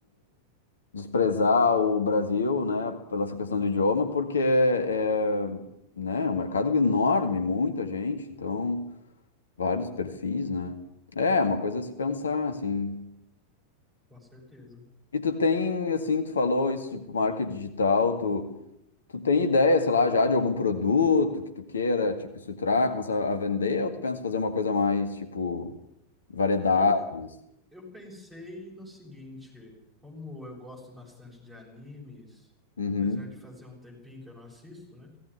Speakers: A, on the left (about 70°); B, in the centre.
A: desprezar o Brasil, né, pela essa questão de idioma, porque é, é, né, é um mercado enorme, muita gente, então vários perfis, né? É, é uma coisa a se pensar, assim.
B: com certeza.
A: E tu tem, assim, tu falou isso, tipo, marketing digital, tu, tu tem ideia, sei lá, já de algum produto que tu queira, tipo, estruturar, começar a vender, ou tu pensa fazer uma coisa mais, tipo, variedades?
B: Eu, eu pensei no seguinte, como eu gosto bastante de animes,
A: Uhum.
B: apesar de fazer um tempinho que eu não assisto, né?